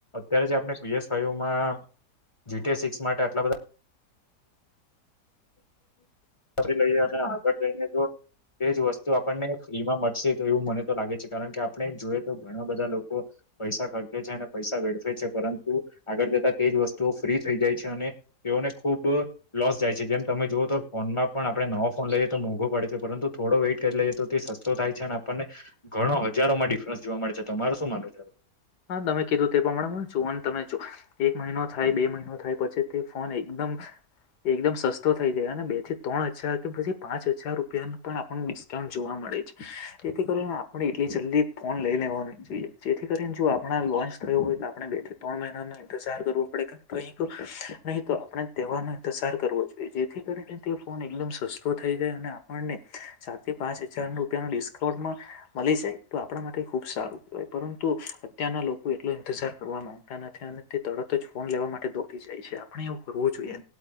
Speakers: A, on the left; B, on the left.
A: અત્યારે જે આપણે પી એસ ફાઈવમાં જી ટી એ સિક્સ માટે આટલા બધા
B: <inaudible>
A: <inaudible> તા આગળ જઈને તો તે જ વસ્તુ આપણને ફ્રીમાં મળશે તો એવું મને તો લાગે છે. કારણ કે આપણે જોઈએ તો ઘણા બધા લોકો પૈસા ખર્ચે છે અને પૈસા વેડફે છે. પરંતુ આગળ જતાં તેજ વસ્તુઓ ફ્રી થઈ જાય છે અને તેઓને ખુબ લોસ જાય છે. જેમ તમે જોઓ તો ફોનમાં પણ આપણે નવો ફોન લઈએ તો મોંઘો પડે છે પરંતુ થો વેઇટ કરી લઈએ તો તે સસ્તો થાય છે અને આપણને ઘણો હજારો માં ડિફરન્સ જોવા મળે છે. તમારો શું માનવુ છે?
B: હા તમે કીધું તે પ્રમાણે જોન તમે જો એક મહિનો થાય બે મહિનો થાય પછી તે ફોન એકદમ એકદમ સસ્તો થઈ જાય અને બે થી ત્રણ હજાર કે પછી પાંચ હજાર રૂપિયા પણ આપણ ડિસ્કાઉન્ટ જોવા મળે છે. જેથી કરીને આ પણ એટલી જલ્દી ફોન લઈ લેવા ન જોઈએ. જેથી કરીને જો આપણા લોન્ચ થયો હોય તો આપણે બે થી ત્રણ મહિના ઇન્તેઝાર કરવો પડે <inaudible> નહી તહેવાર ઇંતજાર કરવો જોઈએ જેથી કરીને ફોન એકમ સસ્તો થઈ જાય અને આપણને સાથે પાંચ હજાર રૂપિયા ડિસ્કાન્ટમાં મળી જાય તો આપણા માટે ખુબ સારું કહેવાય. પરંતુ અત્યારના લોકો એટલો ઇંતજાર કરવા માંગતા નથી. અન તરત જ ફોન લેવા માટે દોરી જાય છે આપણે એવું કરવું જોઈએ.